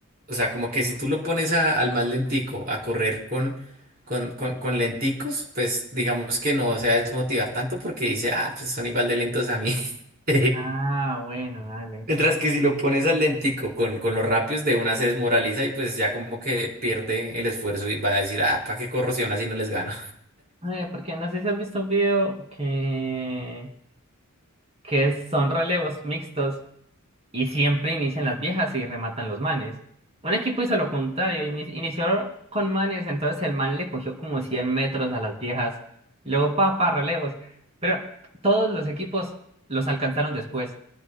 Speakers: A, on the right; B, on the right.
A: o sea, como que si tú lo pones a- al más lentico a correr con, con, con, con lenticos, pues digamos que no se va a desmotivar tanto porque dice, ah, pues son igual de lentos a mí. <laughs>
B: Ah, bueno, dale.
A: Mientras que si lo pones al lentico con, con los rápidos de una se desmoraliza y pues ya como que pierde el esfuerzo y va a decir, ah, ¿para qué corro si aún así no les gano?
B: Eh, porque no sé si has visto un video que, que es- son relevos mixtos Y siempre inician las viejas y rematan los manes. Un equipo hizo lo contrario, ini- inició con manes, entonces el man le cogió como 100 metros a las viejas, y luego pa, pa, relevos. Pero todos los equipos los alcanzaron después.